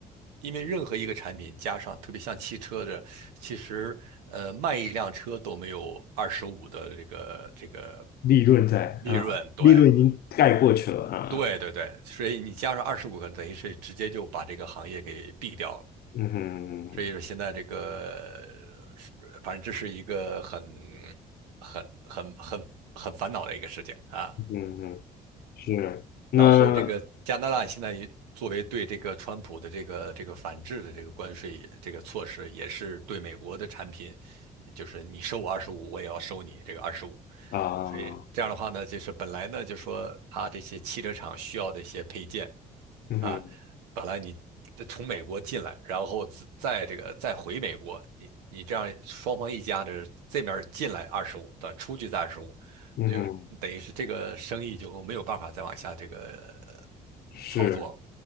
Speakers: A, on the right; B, on the left.
A: 因为任何一个产品加上，特别像汽车的，其实呃，卖一辆车都没有二十五的这个这个
B: 利润在啊，
A: 利润，对
B: 利润已经盖过去了啊，
A: 对对对，所以你加上二十五个，等于是直接就把这个行业给毙掉了。
B: 嗯哼，
A: 所以说现在这个，呃反正这是一个很很很很很烦恼的一个事情啊。
B: 嗯哼，是，那
A: 然后这个加拿大现在也作为对这个川普的这个这个反制的这个关税这个措施，也是对美国的产品，就是你收我二十五，我也要收你这个二十五。
B: 啊，
A: 所以这样的话呢，就是本来呢就说它这些汽车厂需要的一些配件。
B: 嗯哼，
A: 啊，本来你从美国进来，然后自再这个再回美国，你你这样双方一家的这边儿进来二十五，再出去再二十五，
B: 嗯哼，
A: 就等于是这个生意就没有办法再往下这个呃
B: 是
A: 操作了